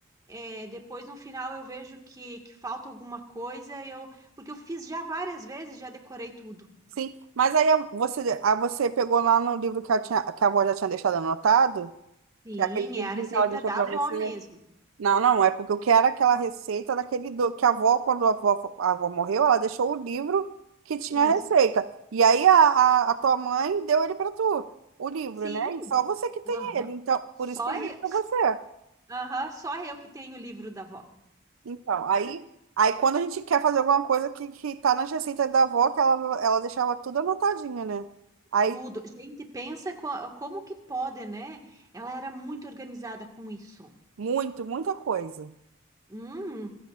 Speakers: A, on the right; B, on the right.
A: é, depois no final eu vejo que, que falta alguma coisa, eu, porque eu fiz já várias vezes, já decorei tudo.
B: Sim. Mas aí a- você, a você pegou lá no livro que, eu tinha, que a avó já tinha deixado anotado,
A: Sim,
B: que é aquele livrinho
A: é a receita
B: que ela deixou
A: da
B: pra
A: avó
B: você.
A: mesmo.
B: Não, não, é porque o que era aquela receita daquele do... que a avó, quando a avó, a avó morreu, ela deixou o livro que tinha
A: Isso.
B: a receita. E aí a, a, a tua mãe deu ele para tu, o livro,
A: Sim.
B: né? E só você que tem
A: Aham.
B: ele. Então,
A: Só
B: por isso que eu liguei
A: eu,
B: para você.
A: aham, só eu que tenho o livro da avó.
B: Então, aí, aí quando a gente quer fazer alguma coisa que, que tá nas receitas da avó, que ela, ela deixava tudo anotadinho, né? Aí,
A: Tudo. Gente, pensa co- como que pode, né? Ela era muito organizada com isso.
B: muito, muita coisa.
A: Hum,